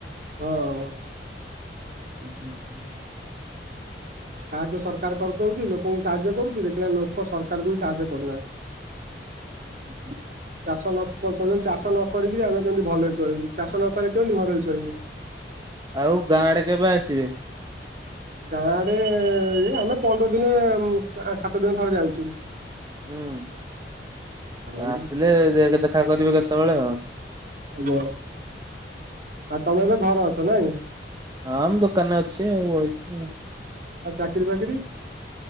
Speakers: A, on the right; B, on the right.
A: ହଁ।
B: ହୁଁ ହୁଁ ହୁଁ
A: ସାହାଯ୍ୟ ସରକାର କରିଦଉଛି ଲୋକଙ୍କୁ ସାହାଯ୍ୟ କରୁଛି ଦେଖିଲ ଲୋକ ସରକାରଙ୍କୁ ବି ସାହାଯ୍ୟ କରୁନାହାନ୍ତି।
B: ହୁଁ ହୁଁ
A: ଚାଷ ନ କହୁଛନ୍ତି ଚାଷ ନକରିକି ଆମେ କେମିତି ଭଲରେ ଚଳିବୁ ଚାଷ ନ କଲେ କେମିତି ଭଲରେ ଚଳିବେ?
B: ଆଉ ଗାଁ ଆଡେ କେବେ ଆସିବେ?
A: ଗାଁଡେ ଏ ଆମେ ପନ୍ଦର ଦିନ ସାତ ଦିନ ଥରେ ଯାଉଛୁ।
B: ହୁଁ
A: ଆଉ
B: ଆସିଲେ ଦେଖ ଦେଖା କରିବେ କେତେବେଳେ ଆଉ।
A: ହାଲୋ ଆଉ ତମେ ଏବେ ଘରେ ଅଛ ନାଇଁ।
B: ହଁ, ମୁଁ ଦୋକାନରେ ଅଛି ଆଉ ବଇଚି।
A: ଆଉ ଚାକିରି ଫାକିରି?